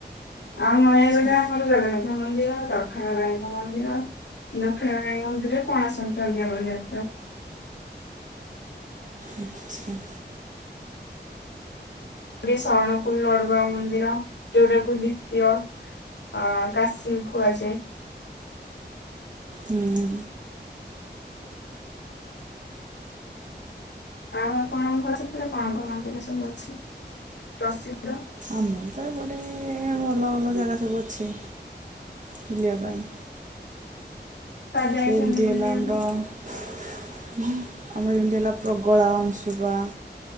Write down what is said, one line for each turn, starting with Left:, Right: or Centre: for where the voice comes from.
Left: ଆଉ ନୟାଗଡରେ
Right: ଆଚ୍ଛା
Left: ଆମର ଜଗନ୍ନାଥ ମନ୍ଦିର, ଦକ୍ଷିଣକାଳୀ ଙ୍କ ମନ୍ଦିର ଦକ୍ଷିଣକାଳୀ ମନ୍ଦିରରେ ପଣା ସଂକ୍ରାନ୍ତିଆ ଭଳିଆ।
Right: ଆଚ୍ଛା।
Left: ଗେ ସରଣକୁଲ ଲଡ଼ୁବାବା ମନ୍ଦିର ଯୋଉଟାକୁ ଦ୍ୱିତୀୟ ଅ କାଶୀ କୁହାଯାଏ।
Right: ହୁଁ।
Left: ଆଉ ଆପଣଙ୍କର ସେପଟେ କଣ କଣ ମନ୍ଦିର ସବୁ ଅଛି ପ୍ରସିଦ୍ଧ?
Right: ଆମର ତ ଏପଟେ ଭଲ ଭଲ ଜାଗା ସବୁ ଅଛି ବୁଲିବା ପାଇଁ
Left: ବା ଯାଇଛନ୍ତି
Right: ପିନ୍ତି
Left: ବୁଲିବାକୁ?
Right: ହେଲା ଆମ୍ର ଆମର ଯେମିତି ହେଲା ପ୍ରଗଳା ଅଂଶୁପା